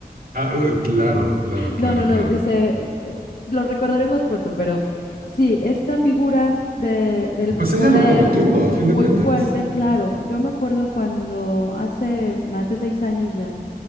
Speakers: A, on the right (about 65°); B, on the left (about 60°).
A: ah, eh, claro, claro, claro,
B: No, no, no,
A: claro.
B: ese, eh, lo recordaremos pronto, pero sí, esta figura de, del
A: Pues ella
B: poder
A: lo prometió, a fin
B: muy
A: de cuentas.
B: fuerte, claro, yo me acuerdo cuando hace más de seis años ya,